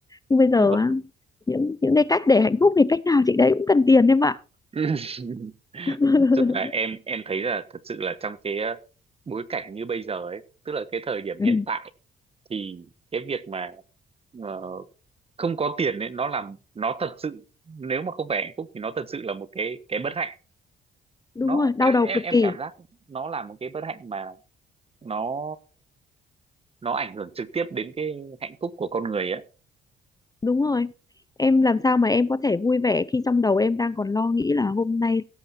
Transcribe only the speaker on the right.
dạ vâng
<laughs>
nói chung là em em thấy là thật sự là trong cái ờ, bối cảnh như bây giờ ấy tức là cái thời điểm
hiện tại thì cái việc mà ờ, không có tiền ấy nó làm nó thật sự nếu mà không phải hạnh phúc thì nó thật sự là một cái cái bất hạnh
nó
em
em
em
cảm giác nó là một cái bất hạnh mà nó nó ảnh hưởng trực tiếp đến cái hạnh phúc của con người á